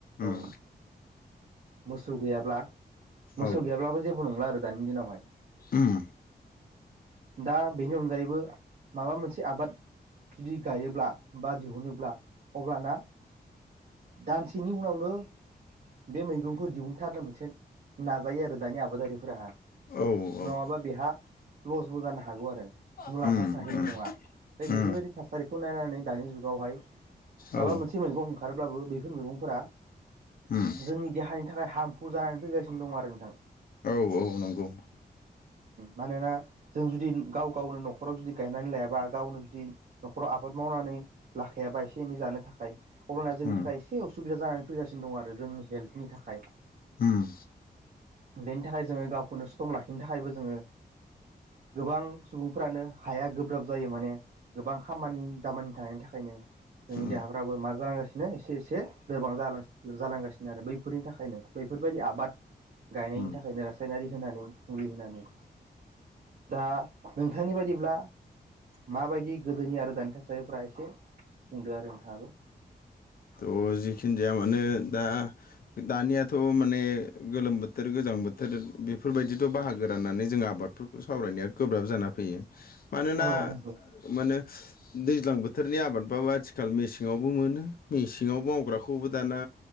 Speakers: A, on the left (about 60°); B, on the right (about 65°).
A: उम
B: औ। मोसौ गैयाब्ला, मोसौ
A: औ
B: गैयाब्लाबो जेबो नंला आरो दानि दिनावहाय।
A: उम
B: दा बेनि अनगायैबो माबा मोनसे आबाद जुदि गायोब्ला बा दिहुनोब्ला अब्लाना दानसेनि उनावनो बे मैगंखौ दिहुनथारनो मोनसे नाजायो आरो दानि आबादारिफोराहा।
A: औ औ
B: नङाबा बेहा लसबो जानो हागौ आरो, मुलाम्फा
A: उम
B: थाहैनाय
A: उम
B: नङा,
A: उम
B: बेफोरबायदि थास फारिखौ नायनानै दानि जुगावहाय
A: औ
B: माबा मोनसे मैगं ओंखारोब्लाबो बेैफोर मैगंफोरा
A: उम
B: जोंनि देहानि थाखाय हार्मफुल जानानै फैगासिनो दङ आरो नोंथां।
A: औ औ नंगौ।
B: मानोना जों जुदि गाव गावनो न'खराव जुदि गायनानै लायाबा गावनो जुदि न'खराव आबाद मावनानै लाखायाबा एसे एनै जानो थाखाय अब्लाना जोंनि
A: उम
B: थाखाय एसे एसे असुबिदा जानानै फैगासिनो दं आरो जोंनि हेल्थनि थाखाय।
A: उम।
B: बेनि थाखाय जोङो गावखौनो स्ट्रं लाखिनो थाखायबो जोङो गोबां सुबुंफ्रानो हाया गोब्राब जायो माने। गोबां खामानि दामानि थानायनि थाखायनो। जोंनि
A: उम
B: देहाफ्राबो मा जालांगासिनो एसे एसे लोरबां जालांगासिनो आरो बैफोरनि थाखायनो। बेैफोरबायदि आबाद गायनायनि
A: उम उम
B: थाखायनो रासायनारि होनानै मुलि होनानै दा नोंथांनि बायदिब्ला माबायदि गोदोनि आरो दानि थासारिफ्रा एसे बुंदो आरो नोंथाङाबो।
A: थ' जिखिनि जाया मानो दा दानियाथ' माने गोलोम बोथोर गोजां बोथोर बेफोरबायदिथ' बाहागो राननानै जों आबाद फोरखौ खौ सावरायनाया गोब्राब जाना फैयो। मानोना
B: औ नंगौ
A: माने दैज्लां बोथोरनि आबादबाबो आथिखाल मेसें मेसेङावबो मोनो, मेसेङावबो मावग्राखौबो दाना